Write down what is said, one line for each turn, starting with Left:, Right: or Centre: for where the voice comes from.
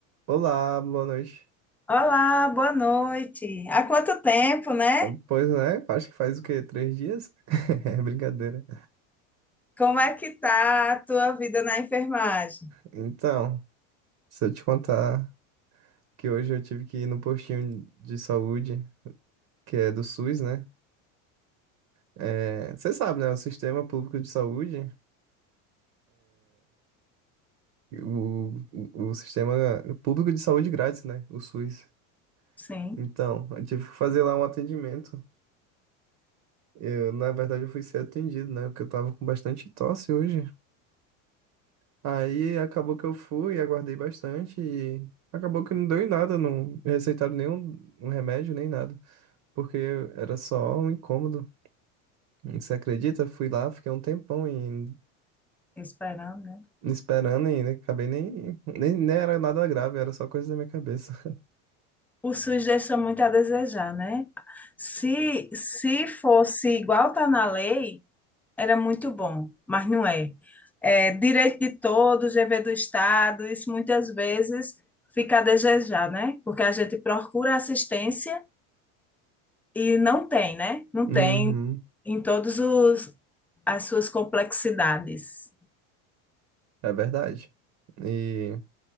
Right: Olá, boa noite.
Centre: Olá, boa noite. Há quanto tempo, né?
Right: Ah, Pois né, acho que faz o quê? Três dias? <laughs> É brincadeira.
Centre: Como é que tá a tua vida na enfermagem?
Right: Então, se eu te contar que hoje eu tive que ir no postinho de saúde, que é do SUS, né? É, você sabe, né? O sistema público de saúde, o, o, o sistema público de saúde grátis, né? O SUS.
Centre: Sim,
Right: Então, eu tive que fazer lá um atendimento. Eu, na verdade, eu fui ser atendido, né? Porque eu tava com bastante tosse hoje. Aí acabou que eu fui, aguardei bastante e acabou que não deu em nada, não receitaram nenhum um remédio nem nada, porque era só um incômodo. Você acredita? Fui lá, fiquei um tempão e
Centre: esperando, né?
Right: esperando e acabei nem, nem, nem era nada grave, era só coisa da minha cabeça. <laughs>
Centre: O SUS deixa muito a desejar, né? Se, se fosse igual tá na lei, era muito bom, mas não é. É direito de todos, dever do Estado, isso muitas vezes fica a desejar, né? Porque a gente procura assistência E não tem, né? Não
Right: Uhum,
Centre: tem em todos os as suas complexidades.
Right: é verdade. E